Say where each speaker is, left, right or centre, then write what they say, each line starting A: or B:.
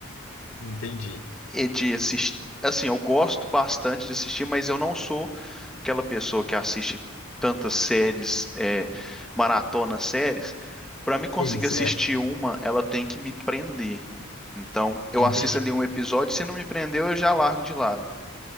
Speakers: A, on the left; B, in the centre.
A: Entendi.
B: eh, eh, de assistir, assim, eu gosto bastante de assistir, mas eu não sou aquela pessoa que assiste tantas séries, é, maratona séries, para me conseguir
A: Isso,
B: assistir
A: é.
B: uma, ela tem que me prender. Então, eu
A: Entendi.
B: assisto ali um episódio, se não me prendeu, eu já largo de lado.